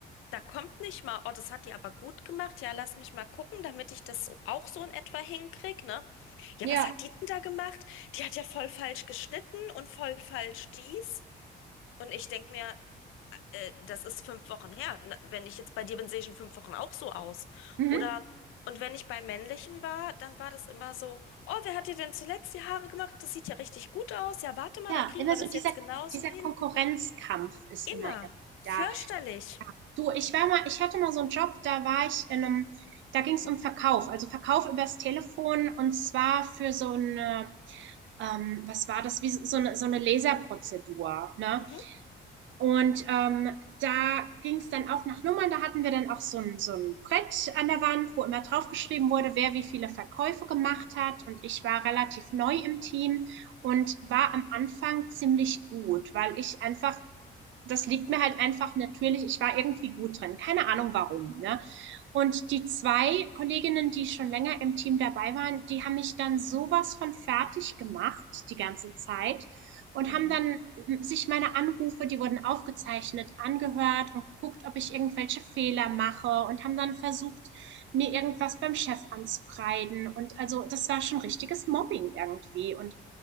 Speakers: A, on the left (about 85°); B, on the right (about 70°).
A: Da kommt nicht mal, oh, das hat die aber gut gemacht. Ja, lass mich mal gucken, damit ich das so, auch so in etwa hinkrieg, ne? Ja,
B: Ja.
A: was hat die denn da gemacht? Die hat ja voll falsch geschnitten und voll falsch dies. Und ich denk mir, äh, das ist fünf Wochen her. Na, Wenn ich jetzt bei dir bin, sehe ich in fünf Wochen auch so aus.
B: Mhm.
A: Oder, und wenn ich bei männlichen war, dann war das immer so, oh, wer hat dir denn zuletzt die Haare gemacht? Das sieht ja richtig gut aus. Ja, warte mal,
B: Ja,
A: dann kriegen
B: immer
A: wir
B: so
A: das
B: dieser,
A: jetzt genauso
B: dieser
A: hin.
B: Konkurrenzkampf ist
A: Immer.
B: immer irgendwie
A: Fürchterlich.
B: da. Du, ich war mal, ich hatte mal so einen Job, da war ich in einem, da ging es um Verkauf, also Verkauf übers Telefon und zwar für so eine, ähm, was war das, wie so so eine, so eine Laserprozedur, ne?
A: Mhm.
B: Und ähm, da ging es dann auch nach Nummern. Da hatten wir dann auch so ein, so ein Brett an der Wand, wo immer draufgeschrieben wurde, wer wie viele Verkäufe gemacht hat. Und ich war relativ neu im Team und war am Anfang ziemlich gut, weil ich einfach das liegt mir halt einfach natürlich, ich war irgendwie gut drin, keine Ahnung warum, ne? Und die zwei Kolleginnen, die schon länger im Team dabei waren, die haben mich dann sowas von fertig gemacht die ganze Zeit und
A: Mhm.
B: haben dann sich meine Anrufe, die wurden aufgezeichnet, angehört und geguckt, ob ich irgendwelche Fehler mache und haben dann versucht, mir irgendwas beim Chef anzukreiden. Und also das war schon richtiges Mobbing irgendwie. Und